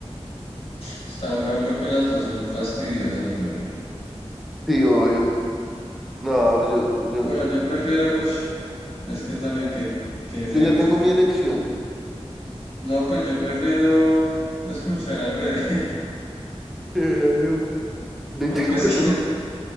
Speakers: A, on the left; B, in the centre.
A: Está dura porque las dos son fastidiosas, güey.
B: Sí, obvio. No, pues yo, yo,
A: Pero yo prefiero, uy, es que también qué, qué
B: yo
A: feo
B: ya tengo
A: escuchar.
B: mi elección. <laughs>
A: No, pues yo prefiero escuchar al bebé,
B: Eh, loca.
A: <laughs>
B: 24,
A: porque es que,